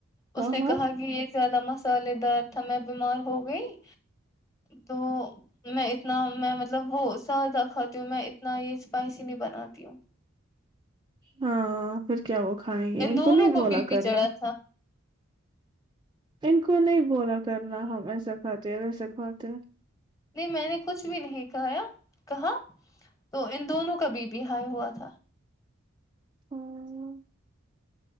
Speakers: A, on the left; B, on the right.
A: اس
B: ہاں
A: نے
B: ہاں
A: کہا کہ یہ زیادہ مسالے دار تھا میں بیمار ہو گئی تو میں اتنا میں مطلب وہ سادہ کھاتی ہوں میں اتنا یہ اسپائسی نہیں بناتی ہوں
B: ہاں پھر کیا وہ کھائیں گے ان
A: دونوں
B: کو نہیں بولا
A: بی پی
B: کرنا
A: چڑھا تھا
B: ان کو نہیں بولا کرنا ہم ایسا کھاتے ہیں ویسا کھاتے ہیں
A: نہیں میں نے کچھ بھی نہیں کھایا کہا تو ان دونوں کا بی پی ہائی ہوا تھا
B: ہاں